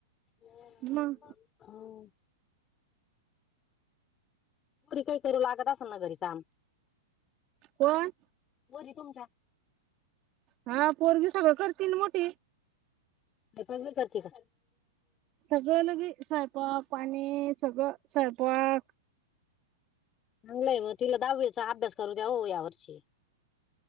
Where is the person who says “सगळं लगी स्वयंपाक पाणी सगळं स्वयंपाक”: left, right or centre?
Right